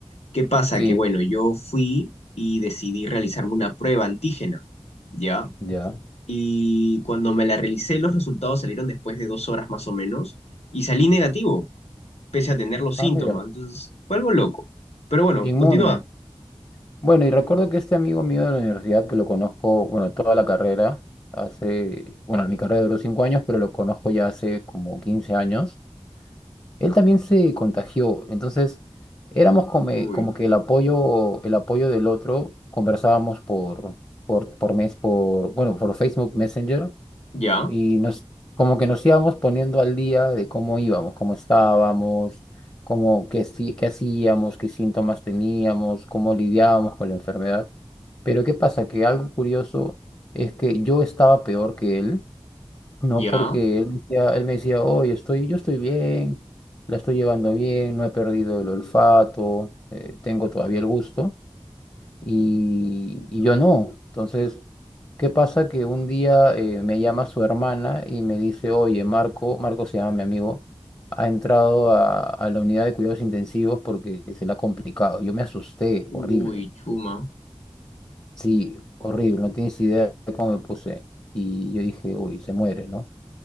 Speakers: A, on the left (about 75°); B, on the left (about 30°).
A: ¿Qué pasa?
B: Sí,
A: Que bueno, yo fui y decidí realizarme una prueba antígena, ¿ya?
B: Ya.
A: Y cuando me la realicé, los resultados salieron después de dos horas más o menos y salí negativo, pese a tener los síntomas.
B: Ah, mira,
A: Entonces, fue algo loco. Pero bueno,
B: inmune.
A: continúa.
B: Bueno, y recuerdo que este amigo mío de la universidad, que lo conozco, bueno, toda la carrera, hace, bueno, mi carrera duró cinco años, pero lo conozco ya hace como 15 años, él también se contagió, entonces éramos como,
A: Uy,
B: como que el apoyo, el apoyo del otro, conversábamos por, por, por mes, por, bueno, por Facebook Messenger,
A: ya,
B: y nos, como que nos íbamos poniendo al día de cómo íbamos, cómo estábamos, cómo, qué, sí- qué hacíamos, qué síntomas teníamos, cómo lidiábamos con la enfermedad. Pero ¿qué pasa? Que algo curioso es que yo estaba peor que él, ¿no?
A: ya.
B: Porque él me decía, él me decía, oye, estoy, yo estoy bien, la estoy llevando bien, no he perdido el olfato, eh, tengo todavía el gusto y, y yo no. Entonces, ¿qué pasa? Que un día eh, me llama su hermana y me dice, oye, Marco, Marco se llama mi amigo, ha entrado a, a la unidad de cuidados intensivos porque se le ha complicado. Yo me asusté,
A: Uy,
B: horrible.
A: chuma.
B: Sí, horrible, no tienes idea de cómo me puse. Y yo dije, uy, se muere, ¿no?